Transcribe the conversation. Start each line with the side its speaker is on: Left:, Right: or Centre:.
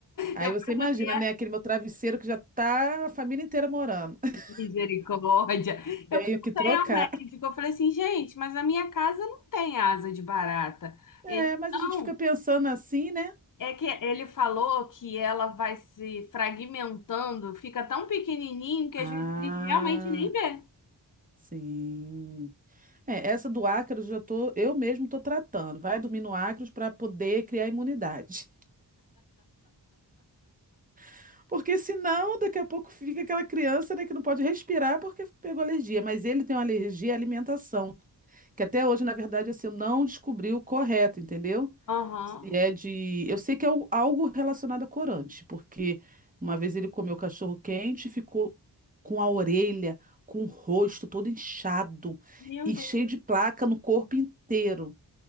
Right: Aí
Left: eu
Right: você
Left: perguntei
Right: imagina,
Left: a
Right: né, aquele meu travesseiro que já tá a família inteira morando. <laughs>
Left: misericórdia. Eu
Right: Tenho
Left: perguntei
Right: que trocar.
Left: ao médico, eu falei assim, gente, mas a minha casa não tem asa de barata.
Right: É,
Left: Ele
Right: mas
Left: não.
Right: a gente fica pensando assim, né?
Left: É que ele falou que ela vai se fragmentando, fica tão pequenininho que
Right: Ah,
Left: às vezes a gente realmente nem vê.
Right: sim. É, essa do ácaros já tô, eu mesmo tô tratando. Vai dormir no ácaros para poder criar imunidade. <laughs> Porque senão, daqui a pouco fica aquela criança, né, que não pode respirar porque pegou alergia. Mas ele tem uma alergia à alimentação, que até hoje, na verdade, assim, eu não descobri o correto, entendeu?
Left: Aham.
Right: Se é de, eu sei que é o- algo relacionado a corante, porque uma vez ele comeu cachorro quente e ficou com a orelha, com o rosto todo inchado
Left: Meu
Right: e
Left: Deus.
Right: cheio de placa no corpo inteiro.